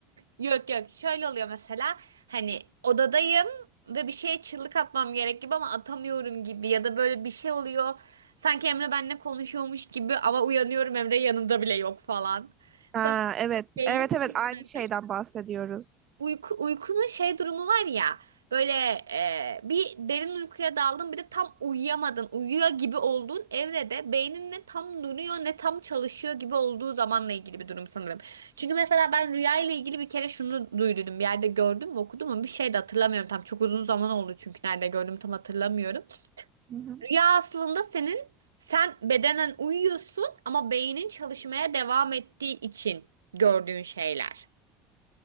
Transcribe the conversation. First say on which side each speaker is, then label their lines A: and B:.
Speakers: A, on the right (about 80°); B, on the right (about 40°).
A: Yok yok şöyle oluyor mesela hani odadayım ve bir şeye çığlık atmam gerek gibi ama atamıyorum gibi ya da böyle bir şey oluyor sanki Emre benimle konuşuyormuş gibi ama uyanıyorum Emre yanımda bile yok falan. Sana
B: Ha, evet.
A: belli
B: Evet
A: mi
B: evet
A: bunlar?
B: aynı şeyden bahsediyoruz.
A: Uyku, uykunun şey durumu var ya böyle e, bir derin uykuya daldın bir de tam uyuyamadın uyuyor gibi olduğun evrede beynin ne tam duruyor ne tam çalışıyor gibi olduğu zamanla ilgili bir durum sanırım. Çünkü mesela ben rüya ile ilgili bir kere şunu duydum bir yerde gördüm mü okudum mu bir şey de hatırlamıyorum tam çok uzun zaman oldu çünkü nerede gördüm tam hatırlamıyorum.
B: Hı hı.
A: Rüya aslında senin sen bedenen uyuyorsun ama beynin çalışmaya devam ettiği için gördüğün şeyler.